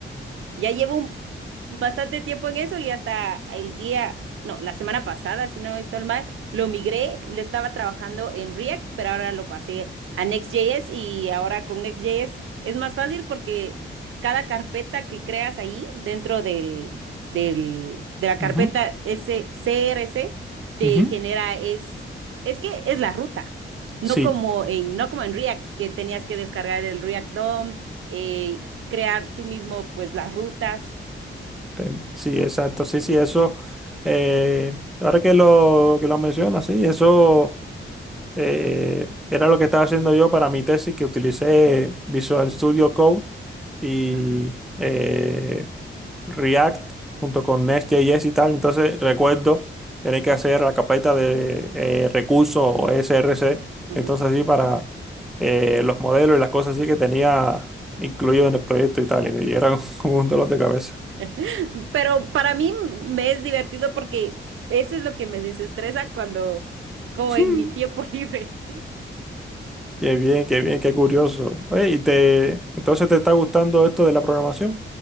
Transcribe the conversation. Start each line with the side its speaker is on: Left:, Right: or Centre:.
Right: Ya llevo un- bastante tiempo en eso y hasta el día, no, la semana pasada, si no estoy mal, lo migré, lo estaba trabajando en React, pero ahora lo pasé a Next.js y ahora con Next.js es más fácil porque cada carpeta que creas ahí dentro del, del, de la carpeta
Centre: ujú,
Right: ese CRC te
Centre: ujú,
Right: genera es, es que es la ruta. No
Centre: Sí.
Right: como en, no como en React, que tenías que descargar el React DOM, eh, crear tú mismo pues las rutas.
Centre: Te- Sí, exacto, sí, sí, eso, eh, ahora que lo, que lo mencionas, sí, eso eh, era lo que estaba haciendo yo para mi tesis, que utilicé Visual Studio Code y
Right: Ajá.
Centre: eh, React junto con Next.js y tal, entonces recuerdo tener que hacer la carpeta de eh, recursos o SRC,
Right: Ujú.
Centre: entonces sí para eh, los modelos y las cosas así que tenía incluido en el proyecto y tal, y era <laughs> como un dolor de cabeza.
Right: <laughs> Pero para mí me es divertido porque eso es lo que me desestresa cuando, como
Centre: <laughs>
Right: en mi tiempo <laughs> libre.
Centre: Qué bien, qué bien, qué curioso. Oye, ¿y te, entonces te está gustando esto de la programación?